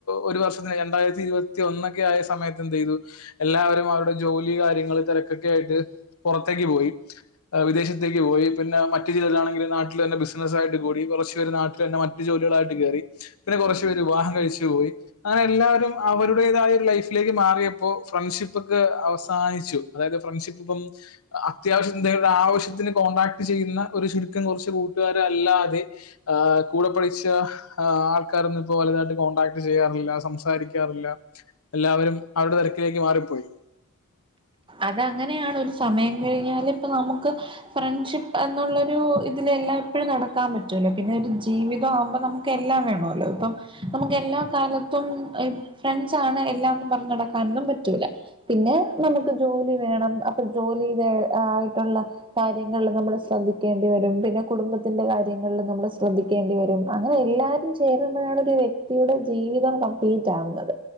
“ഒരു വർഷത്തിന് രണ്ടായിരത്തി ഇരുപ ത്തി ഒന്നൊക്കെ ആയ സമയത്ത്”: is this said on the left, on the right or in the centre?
Left